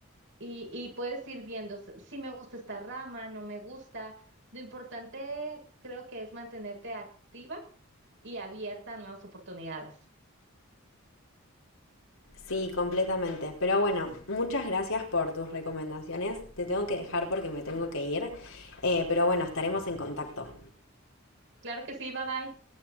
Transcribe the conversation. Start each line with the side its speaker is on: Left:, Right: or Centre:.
Right: y, y puedes ir viendo s- si me gusta esta rama, no me gusta. Lo importante creo que es mantenerte activa y abierta a nuevas oportunidades.
Left: Sí, completamente. Pero bueno, muchas gracias por tus recomendaciones. Te tengo que dejar porque me tengo que ir. Eh, pero bueno, estaremos en contacto.
Right: Claro que sí, bye bye.